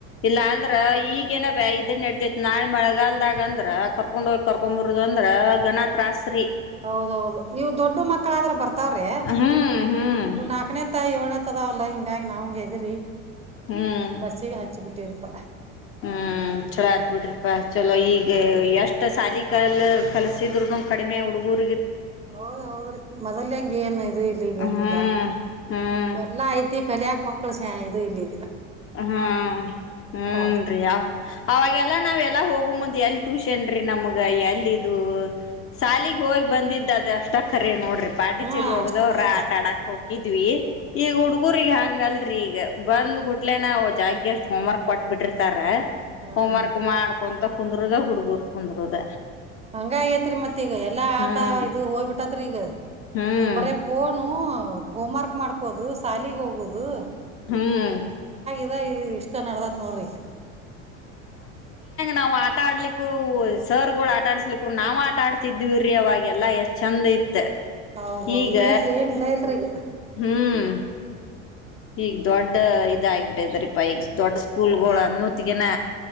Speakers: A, on the left (about 35°); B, on the right (about 15°).
A: ಇಲ್ಲ ಅಂದ್ರ ಈಗ. ಈಗೇನ ಬ ಇದನ್ ನಡ್ತೇತ್ತು ನಾಳೆ ಮಳೆಗಾಲದಾಗ ಅಂದ್ರ. ಕರ್ಕೊಂಡ್ ಹೋಗಿ ಕರ್ಕೊಂಡ್ ಬರದು ಅಂದ್ರ ಘನತ್ರಾಸ್ತ್ರಿ.
B: ಹೌದೌದು ಇವು ದೊಡ್ಡ ಮಕ್ಕಳಾದ್ರ ಬರ್ತಾವ್ರಿ
A: ಹ್ಮ್ ಹ್ಮ್
B: ನಾಕನೇ ತ ಏಳ್ನೇ. ಇರ್ತದಾವಲ್ಲಾ ಹಿಂಗಾಗಿ ನಾವ್ ಹದ್ರಿ.
A: ಹ್ಮ್
B: ಬಸಿಗೆಿಗೆ ಹಚ್ಚು ಬಿಟ್ಟರ್ಪ.
A: ಹ್ಮ್ ಚಲೋ ಆತ್ ಬಿಿಡ್ರಿಪಾ ಚಲೋ ಈಗ ಎಷ್ಟ. ಸಾಲಿ ಕಲ್ ಕಲಸಿದ್ರುನು ಕಡಿಮೆ ಹುಡುಗುರು.
B: ಹೌದ್ ಹೌದ್ರಿ ಮೊದಲ್ ಹೆಂಗ ಏನ್ ಇದು ಇಲ್ಲಿ ಈಗ
A: ಹ್ಮ್
B: ಏನಿಲ್ಲ
A: ಹ್ಮ್
B: ಎಲ್ಲಾ ಐತಿ ಕಲಿಯಕ್. ಮಕ್ಕಳ ಚಾನ ಇದು ಇಲ್ಲಿ.
A: ಹ್ಮ್ ಹ್ಮ
B: ಕಾಲ್
A: ರೀ ಅವಾಗೆಲ್ಲ ನಾವ್ೆಲ್ಲ ಹೋಗ ಮುಂದೆ. ಎಲ್ ಟ್ಯೂಷನ್ ರೀ ನಮ್ಗ ಎಲ್ಲಿ ಇ ಶಾಲಗ್ ಹೋಗಿ ಬಂದಿದ್ದ ಅದ ಅಷ್ಟಕ್ಕರ ನೋಡ್ರಿ. ಪಾಟಿ
B: ಹಾ
A: ಚೀಲ್ ಹೋಗದವ್ರ
B: ಅಷ್ಟ ರೀ
A: ಆಟ ಆಡಕ್ ಹಕಿದ್ವಿ ಈಗ ಹುಡ್ಗುರ್ಗ ಹಂಗ ಅಲ್. ೀಗ ಬಂದ್ ಗುಟ್ಟ. ಇಟ್ಲೇನ ಜಾಗ್ಗೆಷ್ಟ ಹೋ್ ವರ್ಕ್ ಕೊಟ್ ಬಿಟ್ಟಿರ್ತಾರ.
B: ಹ್ಮ್
A: ಹೋಮ್ ವರ್ಕ್ ಮಾಡ್ಕೊಂತ. ಕುಂದರುದ ಹುಡುಗೂರು ಕುಂದ್ರರುದ.
B: ಹಂಗ ಆಗೇತ್ರಿ ಮತ್ತ ಈಗ ಎಲ್ಲಾ
A: ಹ್ಮ್
B: ಆಟ ಇದು ಹೋಗ್ಬಿಟ್ಟತ್ರಿ ಈಗ.
A: ಹ್ಮ್
B: ಇ ಬರ ಪನು. ಹೌದು ಹೋಮ್ ವರ್ಕ್ ಮಾಡ್ಕೋದು ಶಾಲಿಗೆ ಹೋಗೋುದು.
A: ಹ್ಮ್.
B: ಅ್ ಇಷ್ಟ ನಡದತ್ ನೋಡ್ರಿ.
A: ನಾ್ ಆಟ ಆಡ್ಲಿಕ್ಕೂ ಸರ್ಗಳು ಆಟ ಆಡ್ಸ್ಲಿಕ್ರು ನಾ್ ಆಟ ಆಡ್ತಿದಿವವಿರೀ ಅವಾಗೆಲ್ಲ ಎಷ್ಟ್ ಚಂದ ಇತ್.
B: ಹೌದ್
A: ಮ
B: ಹೌದ್
A: ಈಗ
B: ಏನಿಲ್ಲ ಇಲ್ರಿ ಈಗ
A: ಹ್ಮ್. ಹೀಗ್ ದೊಡ್ಡ. ಇ ಆಗ್ಬಿಟ್ಟೈತರಿ ಪ. ದೊಡ್ಡ ಸ್ಕೂಲ್ಗಳು
B: ಬರ
A: ಅನ್ನತ್ಗನ.